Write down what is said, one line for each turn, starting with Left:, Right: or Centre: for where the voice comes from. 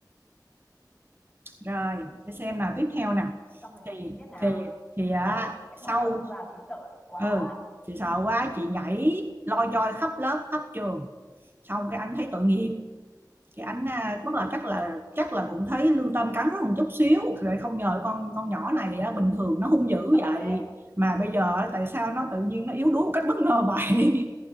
Right: Rồi, để xem nào tiếp theo nè.
Centre: xong rồi
Right: Thì
Centre: chị kể tiếp nào
Right: thì thì à,
Centre: đấy
Right: sau
Centre: bỏ con giun vào chị sợ quá
Right: ừ, chị sợ quá chị nhảy loi choi khắp lớp khắp trường xong cái anh thấy tội nghiệp thì anh à, bắt đầu chắc là chắc là cũng thấy lương tâm cắn rất một chút xíu rồi không ngờ con con
Centre: Ui
Right: nhỏ
Centre: trời
Right: này
Centre: ơi
Right: bình thường nó hung dữ
Centre: sợ
Right: vậy
Centre: thế
Right: mà bây giờ tại sao nó tự nhiên nó yếu đuối một cách bất ngờ vậy